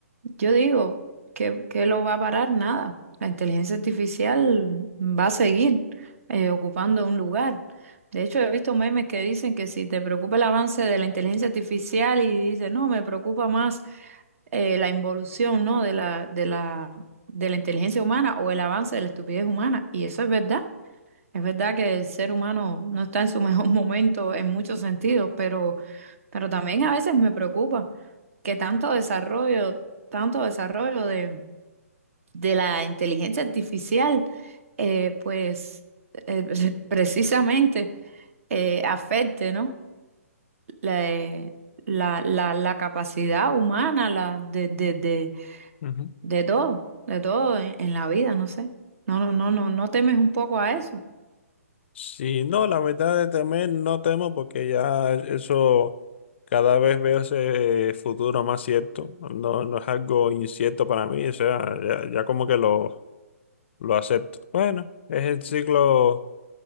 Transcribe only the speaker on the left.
Ujú.
Sí, no, la verdad es también no temo porque ya eso cada vez veo ese futuro más cierto. No, no es algo incierto para mí, o sea, ya, ya como que lo, lo acepto. Bueno, es el ciclo